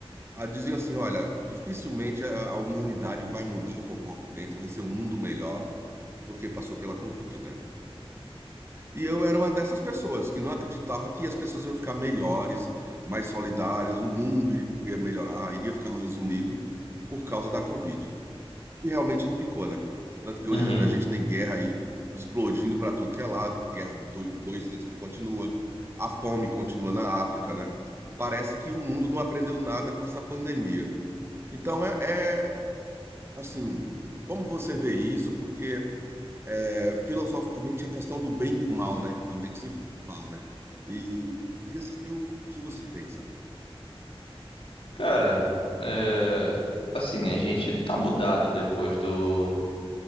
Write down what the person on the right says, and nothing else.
ah, Diziam assim: olha, dificilmente a, a humanidade vai mudar o comportamento, vai ser um mundo melhor, porque passou pela Covid, né? E eu era uma dessas pessoas que não acreditava que as pessoas iam ficar melhores, mais solidárias, o mundo iria melhorar, iria ficar mais unido por causa da Covid. E realmente não ficou, né? Tanto que
hoje a gente tem guerra aí explodindo para tudo que é lado, guerra de dois, dois anos que continua, a fome continua na África, né? Parece que o mundo não aprendeu nada com essa pandemia. Então é, é assim, como você vê isso? Porque é, filosoficamente a questão do bem e do mal, né? Também que se fala, né? E eu queria saber o que você pensa.